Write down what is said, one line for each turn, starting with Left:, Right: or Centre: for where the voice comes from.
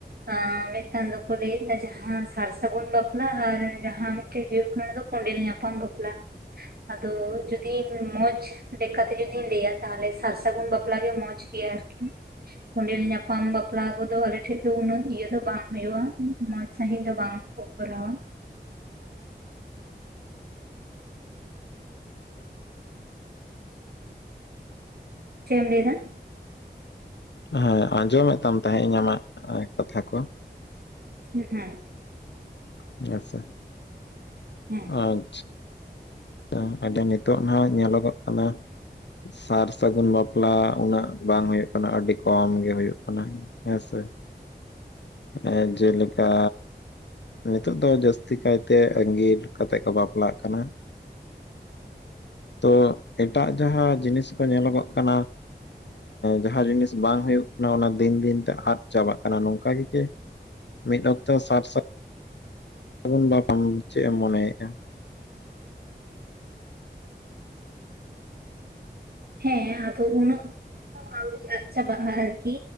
Right: ᱟᱸᱻ ᱢᱤᱫᱴᱟᱝ ᱫᱚᱠᱚ ᱞᱟᱹᱭᱮᱫ ᱟ ᱡᱟᱦᱟᱸ ᱥᱟᱨ ᱥᱟᱹᱜᱩᱱ ᱵᱟᱯᱞᱟ ᱟᱨ ᱡᱟᱦᱟᱸ <unintelligible> <unintelligible> ᱦᱩᱭᱩᱜ ᱠᱷᱟᱱᱟ ᱫᱚ ᱠᱚᱸᱰᱮᱞ ᱧᱟᱯᱟᱢ ᱵᱟᱯᱞᱟ ᱟᱫᱚ ᱡᱩᱫᱤ ᱢᱚᱸᱡᱽ ᱞᱮᱠᱟᱛᱮ ᱡᱩᱫᱤᱧ ᱞᱟᱹᱭᱟ ᱛᱟᱦᱞᱮ ᱥᱟᱨ ᱥᱟᱹᱜᱩᱱ ᱵᱟᱯᱞᱟ ᱜᱮ ᱢᱚᱸᱡᱽ ᱜᱮᱭᱟ ᱟᱨᱠᱤ ᱠᱚᱸᱰᱮᱞ ᱧᱟᱯᱟᱢ ᱵᱟᱯᱞᱟ ᱠᱚᱫᱚ ᱟᱞᱮ ᱴᱷᱮᱡ ᱫᱚ ᱩᱱᱟᱹᱜ ᱤᱭᱟᱹ ᱫᱚ ᱵᱟᱝ ᱦᱩᱭᱩᱼᱟ ᱢᱚᱸᱡᱽ ᱥᱟᱺᱦᱤᱡ ᱫᱚ ᱵᱟᱝ <unintelligible> ᱠᱚᱠᱨᱟᱣ ᱪᱮᱜ ᱮᱢ ᱞᱟᱹᱭ ᱮᱫᱟ
Left: <unintelligible> ᱦᱮᱸ ᱟᱸᱡᱚᱢᱮᱫ ᱛᱟᱢ ᱛᱟᱦᱮᱸ ᱤᱧ ᱟᱢᱟᱜ ᱠᱟᱛᱷᱟ ᱠᱚ
Right: <unintelligible>
Left: <unintelligible> ᱟᱪᱷᱟ
Right: ᱦᱮᱸ
Left: ᱟᱪᱷᱟ <unintelligible> ᱮᱸ ᱱᱤᱛᱚᱜ ᱱᱟᱦᱟᱜ ᱧᱮᱞᱚᱜᱚᱜ ᱠᱟᱱᱟ ᱥᱟᱨ ᱥᱟᱹᱜᱩᱱ ᱵᱟᱯᱞᱟ ᱩᱱᱟᱹᱜ ᱵᱟᱝ ᱦᱩᱭᱩᱜ ᱠᱟᱱᱟ ᱟᱹᱰᱤ ᱠᱚᱢ ᱜᱮ ᱦᱩᱭᱩᱜ ᱠᱟᱱᱟ ᱦᱮᱸ ᱥᱮ᱾ ᱮᱸ ᱡᱮᱞᱮᱠᱟ ᱱᱤᱛᱚᱜ ᱫᱚ ᱡᱟᱹᱥᱛᱤ ᱠᱟᱭ ᱛᱮ ᱟᱜᱤᱨ ᱠᱟᱛᱮᱜ ᱠᱚ ᱵᱟᱯᱞᱟᱜ ᱠᱟᱱᱟ᱾ ᱛᱚ ᱮᱴᱟᱜ ᱡᱟᱦᱟᱸ ᱡᱤᱱᱤᱥ ᱠᱚ ᱧᱮᱞᱚᱜᱚᱜ <unintelligible> ᱮᱸ ᱡᱟᱦᱟᱸ ᱡᱤᱱᱤᱥ ᱵᱟᱝ ᱦᱩᱭᱩᱜ ᱠᱟᱱᱟ ᱚᱱᱟ ᱫᱤᱱ ᱫᱤᱱ ᱛᱮ ᱟᱫ ᱪᱟᱵᱟᱜ ᱠᱟᱱᱟ ᱱᱚᱝᱠᱟ ᱜᱮ <unintelligible> <unintelligible> ᱢᱤᱫ ᱚᱠᱛᱚ ᱥᱟᱨ ᱥᱟ <unintelligible> ᱥᱟᱹᱜᱩᱱ ᱵᱟ ᱠᱷᱚᱱ ᱪᱮᱫ ᱮᱢ ᱢᱚᱱᱮᱭᱮᱜᱼᱟ
Right: ᱦᱮᱸ ᱟᱫᱚ ᱩᱱᱟᱹᱜ <unintelligible> ᱟᱪᱪᱟ ᱵᱟ <unintelligible> ᱟᱨᱠᱤ